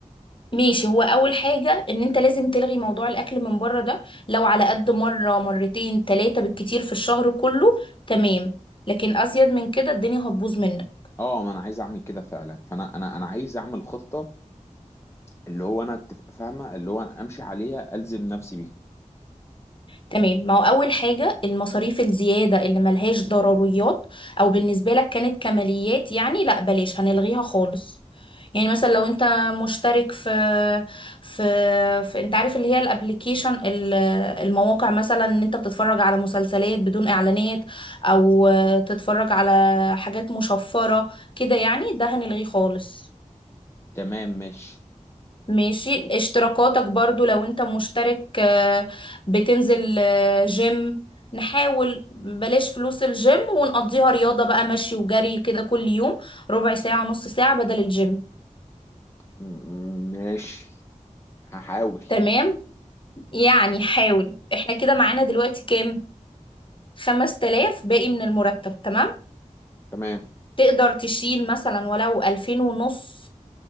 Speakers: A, on the left; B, on the left.
A: ماشي هو اول حاجه ان انت لازم تلغي موضوع الاكل من بره ده لو على قد مره مرتين تلاتة بالكتير في الشهر كله تمام لكن ازيد من كده الدنيا هتبوظ منك
B: اه ما انا عايز اعمل كده فعلا فانا انا انا عايز اعمل خطه اللي هو انا أتف- فاهمه اللي هو انا امشي عليها الزم نفسي بيها
A: تمام ما هو أول حاجة المصاريف الزيادة اللي ملهاش ضروريات أو بالنسبة لك كانت كماليات يعني لا بلاش هنلغيها خالص يعني مثلا لو انت مشترك في في, في انت عارف اللي هي الابليكيشن المواقع مثلا ان انت بتتفرج على مسلسلات بدون اعلانات او تتفرج على حاجات مشفرة كده يعني ده هنلغيه خالص
B: تمام ماشي
A: ماشي اشتراكاتك برضو لو انت مشترك آه، بتنزل آه، جيم نحاول بلاش فلوس الجيم ونقضيها رياضة بقى مشي وجري كده كل يوم ربع ساعة نص ساعة بدل الجيم
B: م- م- ماشي هحاول
A: تمام يعني حاول احنا كده معانا دلوقتي كام خمس تلاف باقي من المرتب تمام
B: تمام
A: تقدر تشيل مثلا ولو ألفين ونص